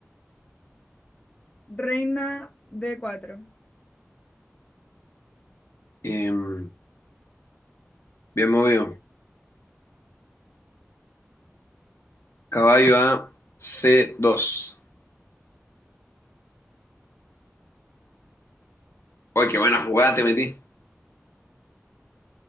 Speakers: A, on the left; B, on the left.
A: Reina d cuatro.
B: Em, bien movido. Caballo a c dos. Uy, qué buena jugada te metí.